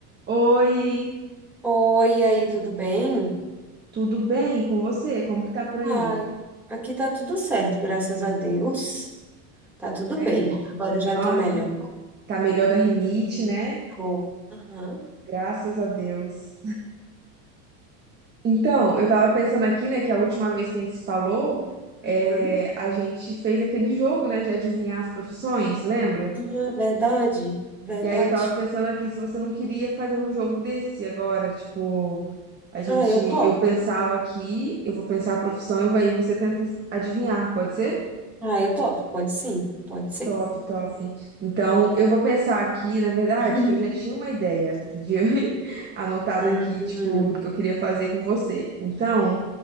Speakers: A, on the right (about 20°); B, in the centre.
A: Oi,
B: Oi, e aí, tudo bem?
A: tudo bem com você? Como que tá por aí?
B: Ai, aqui tá tudo certo, graças a Deus. Tá tudo
A: né?
B: bem. Agora eu já
A: Nossa,
B: tô melhor.
A: tá melhor da rinite, né?
B: Tô- Aham.
A: Graças a Deus. Então, eu tava pensando aqui, né, que a última vez que a gente se falou, é,
B: Uhum.
A: a gente fez aquele jogo, né, de adivinhar as profissões, lembra?
B: Ah, verdade, verdade.
A: E aí eu tava pensando aqui se você não queria fazer um jogo desse agora, tipo, a gente,
B: Ah, eu topo.
A: eu pensava aqui, eu vou pensar a profissão e aí você tenta adivinhar, pode ser?
B: Ah, eu topo. Pode sim, pode ser.
A: Top, top. Então, eu vou pensar aqui, na verdade,
B: <laughs>
A: eu já tinha uma ideia de <laughs> anotada
B: Uhum.
A: aqui, tipo, o que eu queria fazer com você. Então,